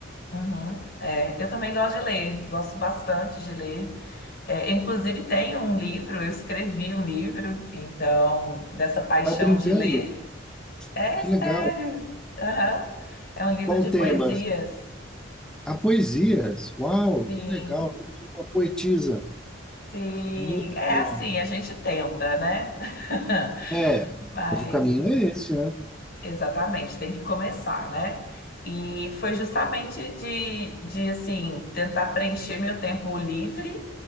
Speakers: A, on the left; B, in the centre.
A: Uhum. É, eu também gosto de ler, gosto bastante de ler. É, inclusive, tenho um livro, eu escrevi um livro, então, dessa paixão
B: Tá brincando?
A: de ler. É
B: Que
A: sério.
B: legal.
A: Aham. É um livro
B: Qual
A: de
B: o tema?
A: poesias.
B: A poesias. Uau,
A: Sim,
B: que legal. Temos uma poetisa.
A: sim.
B: Muito
A: É
B: bom.
A: assim, a gente tenta, né? <laughs>
B: É,
A: Mas,
B: mas o caminho é esse, né?
A: exatamente, tem que começar, né? E foi justamente de, de assim, tentar preencher meu tempo livre,